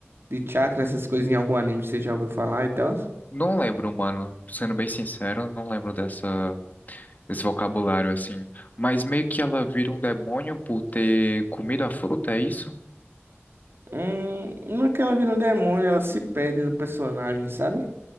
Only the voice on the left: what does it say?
não lembro, mano. Sendo bem sincero, não lembro dessa esse vocabulário assim. Mas meio que ela vira um demônio por ter comido a fruta, é isso?